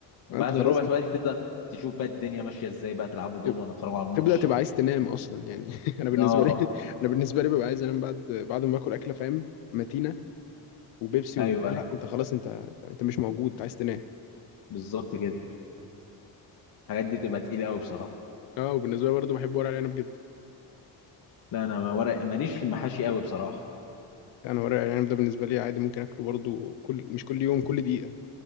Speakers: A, on the left (about 50°); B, on the left (about 85°).
A: بعد
B: انت خلاص
A: الربع ساعه بقى دي تبدا تشوف بقى الدنيا ماشيه ازاي بقى تلعبوا دومنا
B: تب-
A: تتفرجوا على الماتش
B: تبدأ تبقى عايز تنام أصلا يعني <laughs> أنا بالنسبة
A: اه
B: لي أنا بالنسبة لي ببقى عايز أنام بعد بعد ما باكل أكلة فاهم متينة وبيبسي
A: ايوه
B: وبتاع
A: ايوه
B: لا أنت خلاص أنت أنت أنت مش موجود أنت عايز تنام
A: بالظبط كده الحاجات دي تبقى تقيله قوي بصراحه
B: أه وبالنسبة لي برضه بحب ورق العنب جدا
A: لا انا ما- ورق ماليش في المحاشي قوي بصراحه
B: أنا ورق العنب ده بالنسبة لي عادي ممكن أكله برضه كل مش كل يوم كل دقيقة